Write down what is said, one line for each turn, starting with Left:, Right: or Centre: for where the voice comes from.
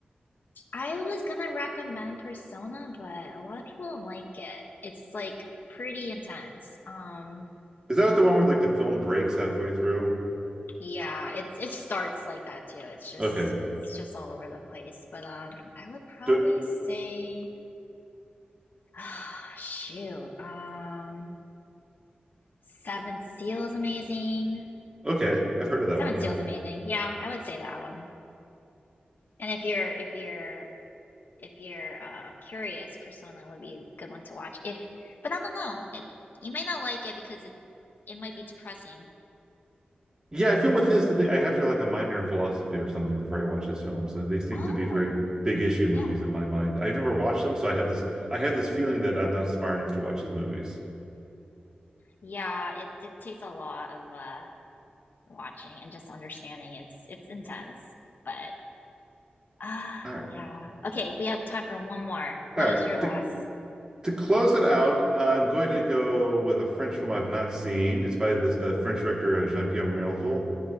Left: I was gonna recommend Persona, but a lot of people don't like it. It's like pretty intense. Um,
Right: is that the one where like the film breaks halfway through
Left: yeah, it's it starts like that too. It's just
Right: okay
Left: it's just all over the place. But um, I would probably
Right: do,
Left: say <sighs> Ah, shoot. Um, Seven Seal is amazing.
Right: okay i've heard of that
Left: Seven
Right: one yeah
Left: Seal is amazing. Yeah, I would say that one. And if you're if you're if you're uh, curious, Persona would be a good one to watch. If, but I don't know. It you may not like it because it it might be depressing.
Right: Yeah, I feel with his the thing, I have to have, like a minor in philosophy or something before I watch his films. So they seem
Left: Oh,
Right: to be very
Left: nice.
Right: big issue movies
Left: Yeah,
Right: in my mind. I never watched them, so I have this I have this feeling that I'm not smart enough to watch his movies.
Left: yeah. It it takes a lot of uh watching and just understanding. It's it's intense, but <sighs> ah,
Right: All right.
Left: yeah. Okay, we have time for one more. What
Right: All right.
Left: is your last?
Right: To to close it out, I'm going to go with a French film I've not seen. It's by this the French director uh, Jean-Pierre Melville.